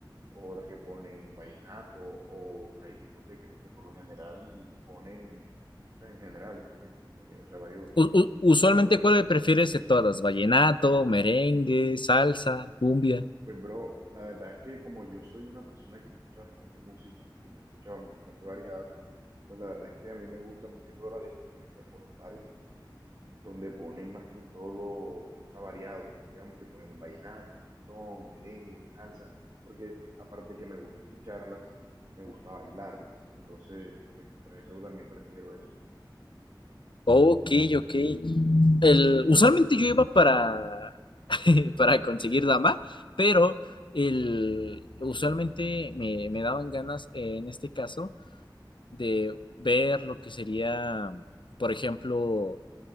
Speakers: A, on the right; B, on the left.
A: o otras que ponen vallenato, o hay discotecas que por lo general ponen, o sea, en general, ¿sí me, sí me entiendes? O sea, varios,
B: U- u- usualmente,
A: varios tipos de
B: ¿cuál
A: música.
B: prefieres de todas? ¿Vallenato, merengue, salsa, cumbia?
A: Pues, bro, la verdad es que como yo soy una persona que escucha bastante música y la escucha bastante variada, pues la verdad es que a mí me gusta más que todo las discotecas o los bares donde ponen más que todo, o sea, variado, digamos que ponen un vallenato, un reggaetón, un merengue, una salsa, porque aparte que me gusta escucharlas, me gusta bailarlas, entonces, pues, por eso también prefiero eso.
B: Ok, ok. El, usualmente yo iba para, <laughs> para conseguir dama, pero el, usualmente me, me daban ganas, eh, en este caso, de ver lo que sería, por ejemplo,